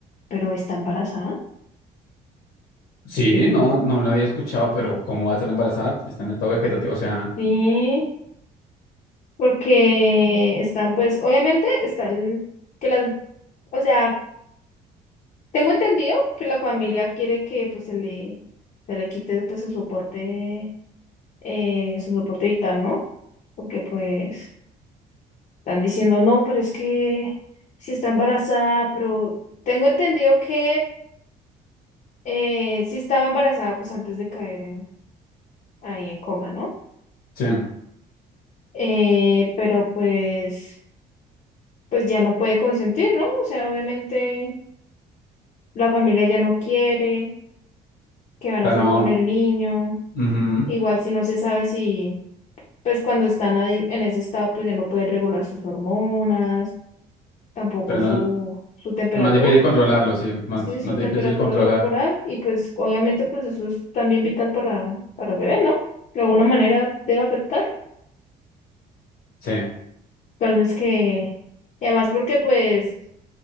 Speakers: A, on the left; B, on the left.
A: pero está embarazada.
B: sí, no, no lo había escuchado, pero ¿cómo va a estar embarazada? Si Está en estado vegetativo, o sea,
A: Sí, porque están, pues, obviamente está el, que las, o sea, tengo entendido que la familia quiere que, pues, se le, se le quite, pues, su soporte eh, su soporte vital, ¿no? Porque pues están diciendo, no, pero es que si está embarazada, pero tengo entendido que eh, si estaba embarazada, pues antes de caer en- ahí en coma, ¿no?
B: sí, o
A: Eh, pero pues, pues ya no puede consentir, ¿no? O sea, obviamente la familia ya no quiere, ¿qué van
B: sea,
A: a hacer
B: no,
A: con el niño?
B: ujú,
A: Igual si no se sabe si, pues cuando están ahí en ese estado, pues ya no pueden regular sus hormonas. tampoco
B: pero no-
A: su, su temperatura,
B: más difícil controlarlo, sí, más,
A: sí, su
B: más difícil
A: temperatura
B: controlar,
A: corporal y pues obviamente pues eso es también vital para, para el bebé, ¿no? De alguna manera debe afectar.
B: sí.
A: Entonces que, y además porque pues